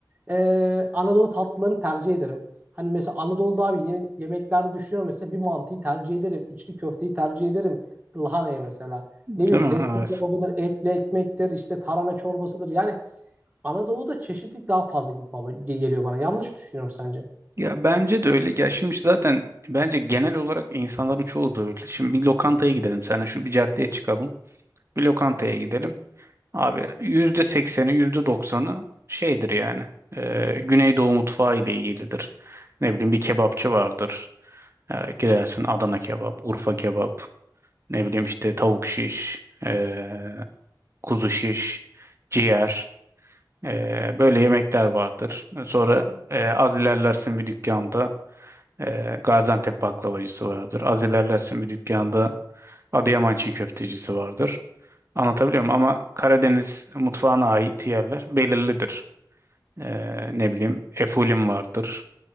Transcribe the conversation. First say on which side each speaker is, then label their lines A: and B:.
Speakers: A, on the right; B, on the right.
A: Ee, Anadolu tatlılarını tercih ederim. Hani mesela Anadolu'da abi yeme- yemeklerde düşünüyorum mesela bir mantıyı tercih ederim. içli köfteyi tercih ederim. Lahanayı mesela.
B: değil
A: Ne bileyim
B: mi?
A: testi
B: Evet.
A: kebabıdır, etli ekmektir, işte tarhana çorbasıdır. Yani Anadolu'da çeşitlilik daha fazla gibi bana- geliyor bana. Yanlış mı düşünüyorum sence?
B: Ya bence de öyle. Ya şimdi zaten bence genel olarak insanların çoğu da öyle. Şimdi bir lokantaya gidelim seninle şu bir caddeye çıkalım. Bir lokantaya gidelim. Abi yüzde sekseni yüzde doksanı şeydir yani. eee, Güneydoğu mutfağı ile ilgilidir. Ne bileyim bir kebapçı vardır. Ee, girersin Adana kebap, Urfa kebap, ne bileyim işte tavuk şiş, ee, kuzu şiş, ciğer. Ee, böyle yemekler vardır. Sonra e, az ilerlersin bir dükkanda e, Gaziantep baklavacısı vardır. Az ilerlersin bir dükkanda Adıyaman çiğ köftecisi vardır. Anlatabiliyor muyum? Ama Karadeniz mutfağına ait yerler belirlidir. Ee, ne bileyim Efulim vardır.